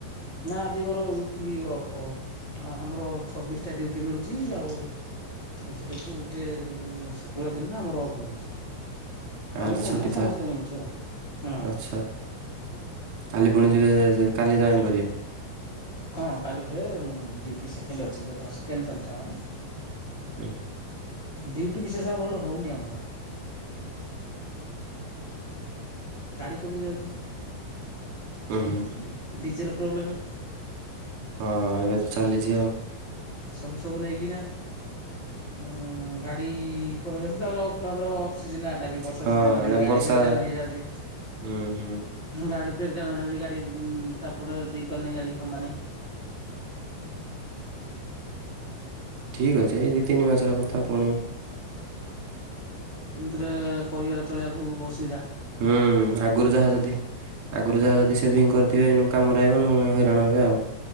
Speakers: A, on the left; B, on the right.
A: ନାଁ ଆଜି ମୋର ୱିକଲି ଅଫ୍ ବା ଆମର ଛବିଶଟା ଡ୍ୟୁଟି ମିଳୁଚି ଆଉ ତ ସେଟାକୁ ଗୋଟେ ଏଁ ଶୁକ୍ରବାର ଦିନଟା ଆମର ଅଫ୍ ମିଳୁଚି। ଆମୁକୁ
B: ଆଜି
A: ବୋଲି
B: ଛୁଟି
A: ନାହିଁ ସମସ୍ତଙ୍କୁ
B: ତାହେଲେ
A: ମିଳୁଚି ଆଉ ହଁ।
B: ଆଚ୍ଛା କାଲି ପୁଣି ଯିବେ କାଲି ଜଏନ୍ କରିବେ।
A: ହଁ କାଲି ଫେରେ ଡ୍ୟୁଟି ସେକେଣ୍ଡ୍ ଅଛି ବା ତ ସେକେଣ୍ଡ୍ ଚାଲୁଚି ଆମର।
B: ହୁଁ।
A: ଡ୍ୟୁଟି ବିଶେଷ ଆଉ ଭଲ ହଉନି ଆମର। ଗାଡ଼ି କମି ଯାଉଚି।
B: ହୁଁ ହୁଁ
A: ଡି ଡିଜେଲ୍ ପ୍ରୋବ୍ଲେମେ।
B: ହଁ ଏବେ ତ ଚାଲିଚି ଆଉ।
A: ଏସବୁ ସବୁ ନେଇକିନା ଉଁ ଗାଡ଼ି କମି ଯାଉଚି ତାପରେ ଅ କାପରେ ଅ ସିଜନ୍ ଟା ଆଟା ବି ବର୍ଷା
B: ହଁ
A: ସିଜନ୍ ଟା
B: ଏଇଟା
A: ଦେଖେ ଗାଡ଼ି
B: ବର୍ଷା
A: ବ୍ରେକ୍ ଡାଉନ୍ ହେଇଯାଉଛି
B: ହୁଁ ହୁଁ।
A: ଗାଡ଼ି ବ୍ରେକ୍ ଡାଉନ୍ ହେଇଯାଉଚି ଗାଡ଼ି ତା ଫଳରେ ଦେଇପାରୁନେଇ ଗାଡ଼ି କମ୍ପାନୀ। <inaudible>
B: ଠିକ୍ ଅଛି ଏଇ ଦି ତିନି ମାସର କଥା ପୁଣି
A: ଇଁତିରେ ପରିବାର ଚଳିଆକୁ ଅସ୍
B: ହୁଁ ଆଗୁରୁ ଯାହା ଯଦି ଆଗୁରୁ ଯାହା ଯଦି ସେଭିଂ କରିଥିବେ ଏଇନୁ କାମରେ ଆଇବ ନହେଲେ ନାଇଁ ହଇରାଣ ହେବେ ଆଉ।